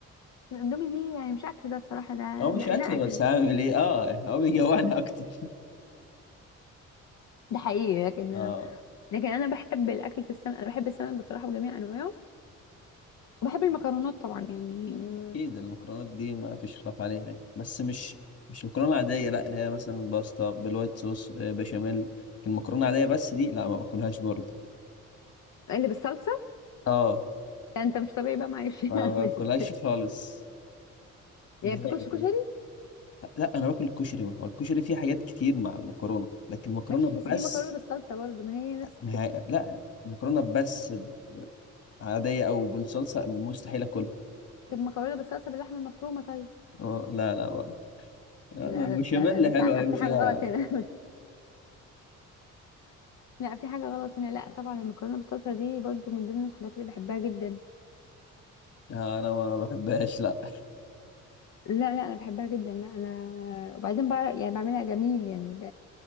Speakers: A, on the left; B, on the left.
A: الاندومي دي يعني مش اكل ده بصراحه ده
B: او
A: نقنقه
B: مش اكل بس
A: كده
B: هعمل ايه اه هو بيجوعني اكتر <laughs>
A: ده حقيقي لكن
B: اه
A: لكن انا بحب الاكل السمك انا بحب السمك بصراحه بجميع انواعه وبحب المكرونات طبعا يعني آه،
B: اكيد المكرونات دي ما فيش خلاف عليها يعني. بس مش مش مكرونه عاديه لا اللي هي مثلا باستا بالوايت صوص آه، بشاميل المكرونه العاديه بس دي لا ما باكلهاش برضه
A: اللي بالصلصه
B: اه
A: يعني انت مش طبيعي بقى معلش <laughs> يعني
B: ما باكلهاش خالص نهائي
A: ما بتاكلش
B: كده
A: كشري
B: لا انا باكل الكشري هو الكشري فيه حاجات كتير مع المكرونه لكن مكرونه
A: ماشي بس في
B: بس
A: مكرونه بالصلصه برضه ما هي نفس الفكره
B: ما هي... لا مكرونه بس عاديه او بالصلصه مستحيل اكلها
A: طب مكرونه بالصلصه باللحمه المفرومه طيب
B: اه لا لا برضه آه،
A: لا
B: البشاميل
A: لا لا انت
B: حلوه ايوه
A: في
B: فيها
A: حاجه غلط هنا <laughs> لا في حاجه غلط هنا لا طبعا المكرونه بالصلصه دي برضه من ضمن الحاجات اللي بحبها جدا
B: آه، انا ما بحبهاش لا
A: لا لا انا بحبها جدا لا انا وبعدين بعرف يعني بعملها جميل يعني ب...